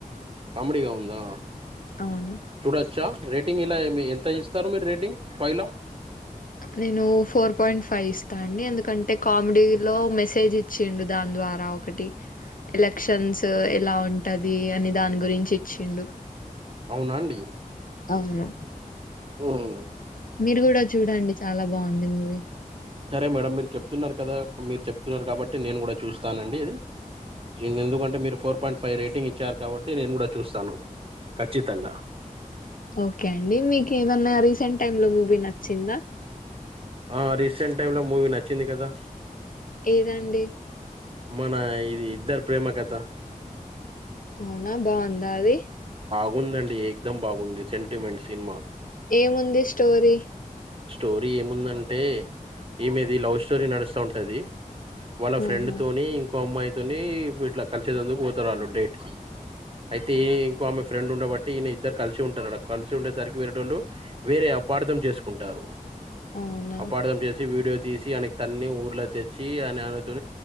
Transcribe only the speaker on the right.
కామెడిగా ఉందా
చూడొచ్చా రేటింగ్ ఇలా మి ఎంత ఇస్తారు మీరు రేటింగ్ ఫైల్లో
అవునా అండి
ఉమ్,
సరే మేడం మీరు చెప్తున్నారు కదా మీరు చెప్తున్నారు కాబట్టి నేను కూడా చూస్తానండి ఇది నిన్నెందుకంటే మీరు ఫోర్ పాయింట్ ఫైవ్ రేటింగ్ ఇచ్చారు కాబట్టి నేను కూడా చూస్తాను ఖచ్చితంగా
ఆ రీసెంట్ టైమ్ లో మూవీ నచ్చింది కదా
మన ఇది ఇద్దరు ప్రేమ కథ
బాగుందండి ఎక్దమ్ బాగుంది సెంటిమెంట్ సినిమా
స్టోరీ ఏముందంటే ఈమెది ఈ లవ్ స్టోరీ నడుస్తా ఉంటది వాళ్ళ
ఫ్రెండ్ తోని అమ్మాయితోని ఇట్లా కలిసేందుకు పోతారు వాళ్ళు డేట్ కి అయితే ఇంకో ఆమె ఫ్రెండ్ ఉండబట్టి ఈయన ఇద్దరు కలిసి ఉంటారు కలిసి ఉండేరికి వేరేోళ్ళు వేరే అపార్థం చేసుకుంటారు
అపార్థం చేసి వీడియో తీసి ఆనకి తన్ని ఊర్లో తెచ్చి అని అనతో